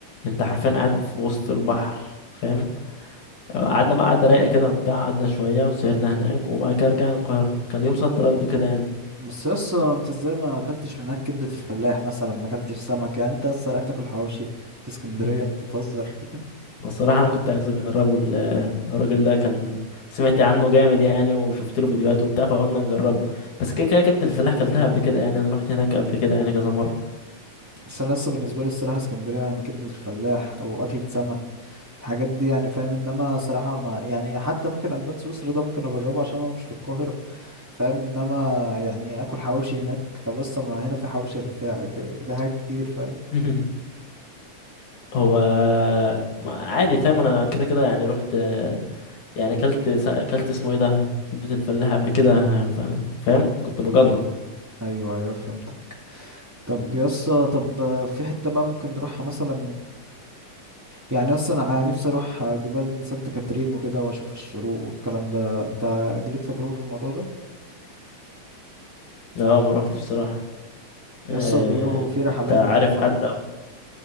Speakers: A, on the left; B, on the right.
A: انت حرفيا قاعد في وسط البحر فاهم قعدنا بقى قعدة رايقة كده وبتاع قعدنا شوية وسهرنا هناك وبعد كده رجعنا القاهرة كان يوم صد رد كده يعني
B: بس يسا انت ازاي ما اكلتش هناك كبده الفلاح مثلا ما اكلتش سمك يعني انت لسه رايح تاكل حواوشي في اسكندريه
A: <laughs>
B: انت تهزر
A: بصراحة أنا كنت عايز أجربه ال- الراجل ده كان سمعت عنه جامد يعني وشفت له فيديوهات وبتاع فقلنا نجربه بس كده كده كبد الفلاح كلتها قبل كده يعني أنا رحت هناك قبل كده يعني كذا مرة
B: بس انا لسه بالنسبه لي الصراحه اسكندريه يعني كبده الفلاح او اكله سمك الحاجات دي يعني فاهم انما صراحه ما يعني حتى ممكن البان سويسرا ده ممكن اجربه عشان هو مش في القاهره فاهم انما يعني اكل حواوشي هناك طب بس ما هنا في حواوشي الرفاعي في في حاجات كتير فاهم
A: <laughs> هو ما- عادي فاهم أنا كده كده يعني رحت يعني اكلت سا- اكلت اسمه ايه ده كبدة الفلاح قبل كده ف... فاهم كنت بجرب
B: ايوه ايوه فهمتك طب يسا طب في حتة بقى ممكن نروحها مثلا يعني اصلا انا نفسي اروح جبال سانت كاترين وكده واشوف الشروق والكلام ده انت ليك تجربة في الموضوع ده
A: لا ما روحتش صراحة
B: يسا
A: آه...
B: بيقولوا في رحلات
A: انت عارف
B: بتطلع
A: حد او